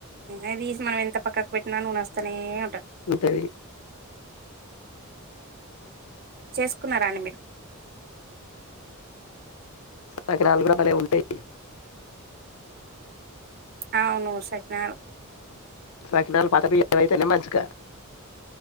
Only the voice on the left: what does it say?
అంతది
సకరాలు కూడా భలే ఉంటాయి
సకినాలు పాత వైతేనేమంచిక